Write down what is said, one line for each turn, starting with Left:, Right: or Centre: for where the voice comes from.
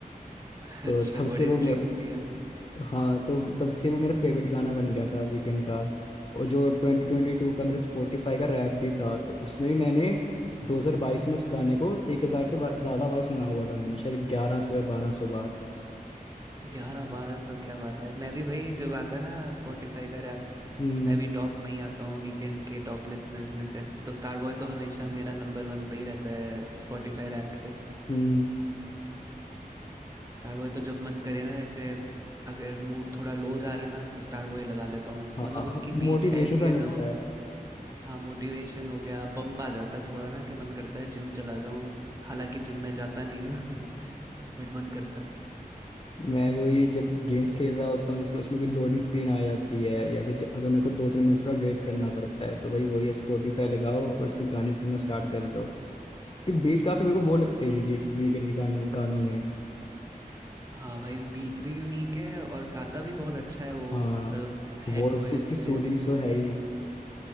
Right: <laughs>
Left: तो
Right: अच्छा
Left: तब
Right: बड़े
Left: से वो
Right: स्ट्रीम्स दिए आपने।
Left: हाँ तो तब से वो मेरा फेवरेट गाना बन गया था वीकेंड का और जो 2022 का मेरा स्पॉटिफाई का रैप भी था तो उसमें भी मैंने 2022 में उस गाने को 1000 से बा- ज़्यादा बार सुना हुआ था मैंने शायद 1100 या 1200 बार
Right: ग्यारह बारह सौ क्या बात है मैं भी भाई जब आता है ना स्पॉटिफाई का रैप
Left: हम्म
Right: तो मैं भी टॉप में ही आता हूँ वीकेंड के टॉप लिसनर्स में से तो स्टार बॉय तो हमेशा मेरा नंबर वन पे ही रहता है स्पॉटिफाई रैप्ट पे
Left: हम्म
Right: स्टार बॉय तो जब मन करे ना जैसे अगर मूड थोड़ा लो जा रहा है ना तो स्टार बॉय लगा लेता हूँ
Left: हाँ
Right: मतलब उसकी बीट
Left: मोटिवेशन
Right: ऐसी
Left: सा
Right: है
Left: मिलता
Right: ना वो
Left: है
Right: हाँ मोटिवेशन हो गया पंप आ जाता है थोड़ा ना कि मन करता है जिम चला जाऊँ हालांकि जिम में जाता नहीं हूँ <laughs> बट मन करता है
Left: मैं वही जब गेम्स खेल रहा होता हूँ जिसमें उसमें कोई लोडिंग स्क्रीन आ जाती है या फिर ज- अगर मेरे को दो तीन मिनट थोड़ा वेट करना पड़ता है तो भाई वही है स्पॉटिफाई लगाओ और उसके गाने सुनना स्टार्ट कर दो कि बीट काफी
Right: हाँ,
Left: मेरे को वो लगती है यूनिक वीकेंड के गाने गानों में
Right: हाँ भाई बीट भी यूनिक है और गाता भी बहुत अच्छा है वो
Left: हाँ
Right: मतलब हेड
Left: वॉइस
Right: वॉइस
Left: तो उसकी
Right: में
Left: सूदिंग
Right: अपनी
Left: सो है ही